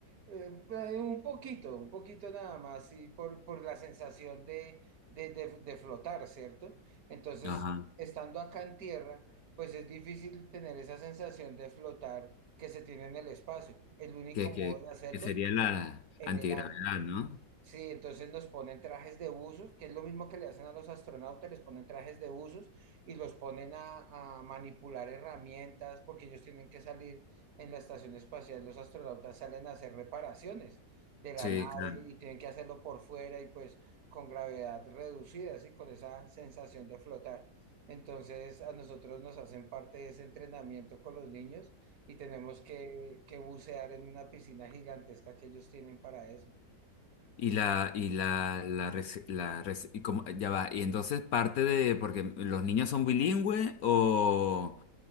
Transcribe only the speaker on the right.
Eh, eh, un poquito, un poquito nada más, y por, por la sensación de, de, de- de flotar, ¿cierto? Entonces,
estando acá en tierra, pues es difícil tener esa sensación de flotar que se tiene en el espacio. El único
modo de hacerlo
en
el agua.
Sí, entonces nos ponen trajes de buzos, que es lo mismo que le hacen a los astronautas, les ponen trajes de buzos y los ponen a, a manipular herramientas porque ellos tienen que salir en la estación espacial, los astronautas salen a hacer reparaciones de la
nave
y tienen que hacerlo por fuera y pues con gravedad reducida, así con esa sensación de flotar. Entonces a nosotros nos hacen parte de ese entrenamiento con los niños y tenemos que, que bucear en una piscina gigantesca que ellos tienen para eso.